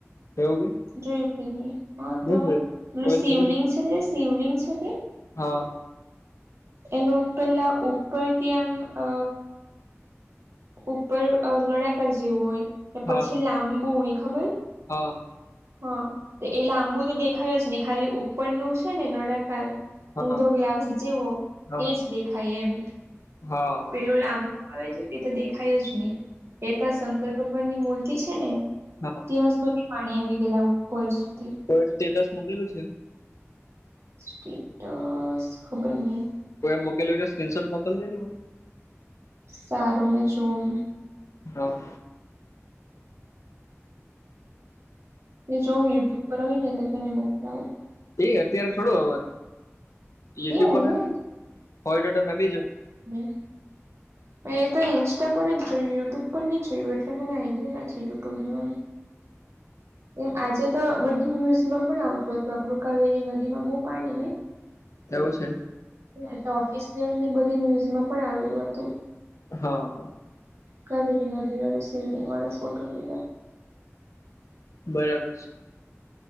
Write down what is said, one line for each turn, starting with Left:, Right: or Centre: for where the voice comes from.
Left: એવું કે
Right: જોયું કે નહી હા તો
Left: હું છે
Right: પેલું
Left: કોઈ
Right: શિવલિંગ
Left: સ્ટુડન્ટ
Right: છે જે શિવલિંગ છે તે
Left: હા.
Right: એનો ઉપરલા ઉપરથી આમ અ ઉપર અ નળાકાર જેવું હોય ને પછી
Left: હા
Right: લાંબુ હોય ખબર?
Left: હા.
Right: હા તો એ લાંબુ તો દેખાય જ ને ખાલી ઉપરનું છે ને નળાકાર ઊંધો
Left: હા
Right: ગ્લાસ જેવો
Left: હા
Right: એજ દેખાય એમ
Left: હા
Right: પેલું લાં આવે છે તે તો દેખાય જ નહી એતા શંકર ભગવાનની મૂર્તિ છે ને
Left: હા
Right: ત્યાં સુધી પાણી આવી ગયલા ઉપર સુધી.
Left: તો સ્ટેટસ મૂકેલું છે?
Right: સ્ટેટસ ખબરની.
Left: તો એમ મુકેલેજો સ્ક્રીનશૉટ મોકલજેરી મન.
Right: સારું મેં જોમ.
Left: હા.
Right: જો યુટ્યુબ પર હોય ને તો તેને મોકલાવું.
Left: એ અત્યારે થોડું હવાનું યુટ્યુબ
Right: એ હોય
Left: પર હોય ટોટ બીજ
Right: હમ્મ. મેં તો ઈન્સ્ટા પર જ જોયું યુટ્યુબ પર ની જોયું એટલે મને આઈડિયા નથી યુટ્યુબ ની. એમ આજે તો બંગ ન્યુઝમાં પણ આવતું હતું આપણું કાવેરી નદીમાં બહુ પાણી ને.
Left: એવું છે.
Right: એટલે ઓફિસયલ બધી ન્યુઝમાં પણ આવેલું હતું.
Left: હા.
Right: કરી નદી વા સિવલિંગ વાડ ફોટોટધ
Left: બરાબર છે.